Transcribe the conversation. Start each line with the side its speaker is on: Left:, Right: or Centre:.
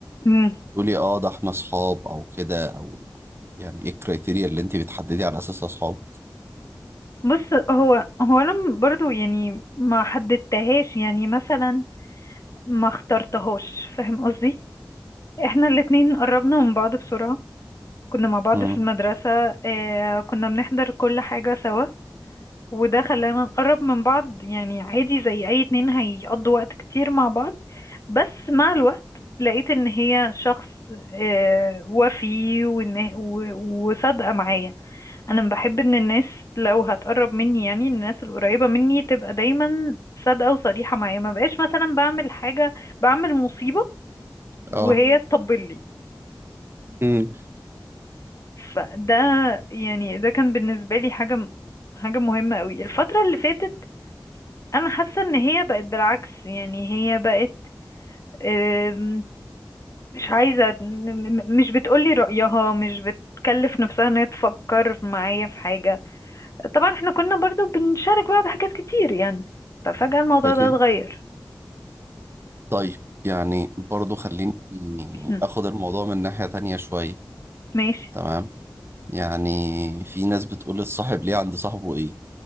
Left: مم.
Right: تقولي اه ده احنا اصحاب او كده او يعني ايه الكريتيريا اللي انت بتحددي على اساسها اصحاب
Left: بص هو هو انا م- برضو يعني ما حددتهاش يعني مثلا ما اخترتهاش فاهم قصدي احنا الاتنين قربنا من بعض بسرعة كنا مع بعض
Right: امم
Left: في المدرسة اه كنا بنحضر كل حاجة سوا وده خلانا نقرب من بعض يعني عادي زي اي اتنين هيقضوا وقت كتير مع بعض بس مع الوقت لقيت ان هي شخص آه، وفي وإن- و- وصادقة معايا انا بحب ان الناس لو هتقرب مني يعني الناس القريبة مني تبقى دايما صادقة وصريحة معايا ما بقاش مثلا بعمل حاجة بعمل مصيبة وهي
Right: اه
Left: تطبل لي
Right: امم
Left: فده يعني ده كان بالنسبة لي حاجة حاجة مهمة قوي الفترة اللي فاتت انا حاسه ان هي بقت بالعكس يعني هي بقت آم، مش عايزه م- م- مش بتقولي رأيها مش بتكلف نفسها ان هي تفكر معايا في حاجه طبعا احنا كنا برضو بنشارك بعض حاجات كتير يعني ففجأة الموضوع
Right: اكيد
Left: ده اتغير
Right: طيب يعني برضو خليني
Left: <coughs>
Right: اخد الموضوع من ناحية تانية شوية
Left: ماشي
Right: تمام يعني في ناس بتقول الصاحب ليه عند صاحبه ايه